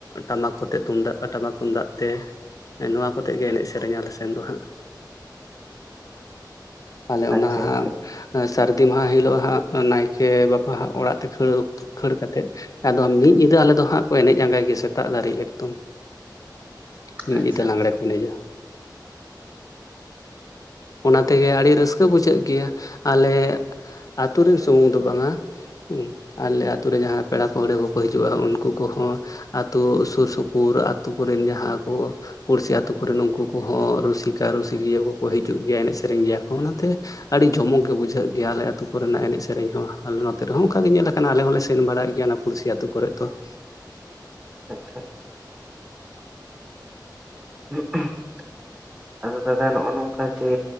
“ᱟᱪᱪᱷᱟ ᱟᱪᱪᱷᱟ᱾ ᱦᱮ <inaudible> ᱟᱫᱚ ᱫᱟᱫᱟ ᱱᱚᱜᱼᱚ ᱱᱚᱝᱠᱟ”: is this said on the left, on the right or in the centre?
Right